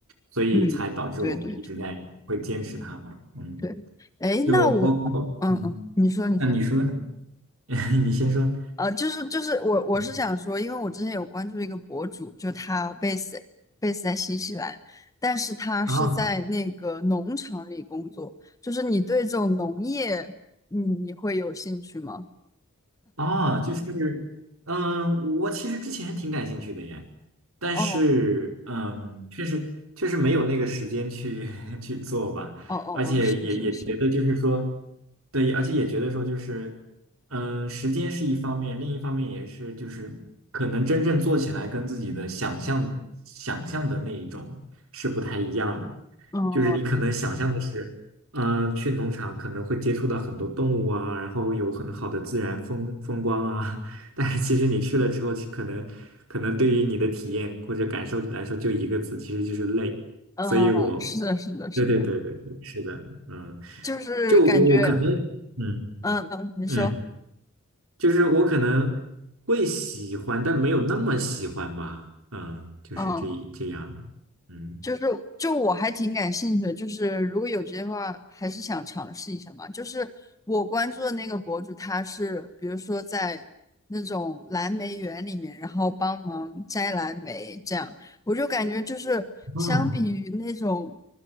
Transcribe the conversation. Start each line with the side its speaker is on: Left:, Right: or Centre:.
Right: 所以才导致我们一直在会坚持它嘛。
Left: 嗯，对对对
Right: 嗯，
Left: 对，哎，
Right: 就包括嗯，
Left: 那我，嗯嗯，你说你说，
Right: 那你说，<laughs> 你先说。
Left: 呃，就是就是我我是想说，
Right: 嗯，
Left: 因为我之前有关注一个博主，就他 base base 在新西兰，但是他是在那个农场里工作，
Right: 啊。
Left: 就是你对这种农业，你你会有兴趣吗？
Right: 啊，就是，嗯，我其实之前挺感兴趣的耶，但是，
Left: 哦
Right: 嗯，确实确实没有那个时间去 <laughs> 去做吧，
Left: 哦哦哦，
Right: 而且也也觉得就是说，
Left: 是是是，
Right: 对，而且也觉得说就是，嗯，时间是一方面，另一方面也是就是可能真正做起来跟自己的想象想象的那一种是不太一样的，
Left: 嗯
Right: 就是你可能想象的是。嗯、呃去农场可能会接触到很多动物啊，然后有很好的自然风风光啊，<laughs> 但是其实你去了之后，其可能可能对于你的体验或者感受来说，就一个字，其实就是累。
Left: 嗯，
Right: 所以我，
Left: 是的，是的，是的，
Right: 对对对对对，是的，嗯，
Left: 就是感觉，
Right: 就我我可能，嗯
Left: 嗯嗯，你说。
Right: 嗯，就是我可能会喜欢，但没有那么喜欢吧，嗯，就是这一这样的，
Left: 嗯
Right: 嗯，
Left: 就是就我还挺感兴趣的，就是如果有机会的话，还是想尝试一下嘛。就是我关注的那个博主，他是比如说在那种蓝莓园里面，然后帮忙摘蓝莓这样，我就感觉就是相比于那种，
Right: 哦，